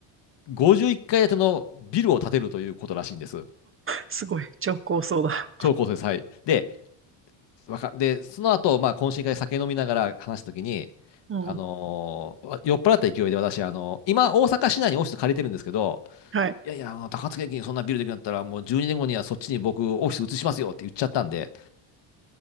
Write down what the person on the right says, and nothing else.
すごい。超高層だ。
うん。
はい。